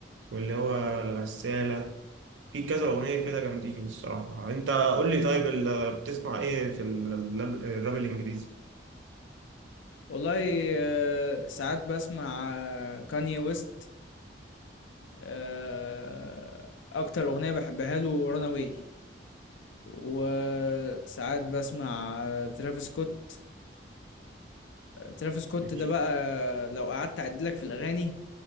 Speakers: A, on the right; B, on the left.
A: واللي هو الغساله في كذا اغنيه كده جامدين الصراحه انت قول لي طيب ال- بتسمع ايه في ال- ال- الراب الانجليزي
B: والله آه، ساعات بسمع كاني ويست آه، اكتر اغنيه بحبها له رانا واي وساعات بسمع ترافيس سكوت ترافيس سكوت
A: ماشي.
B: ده بقى لو قعدت اعد لك في الاغاني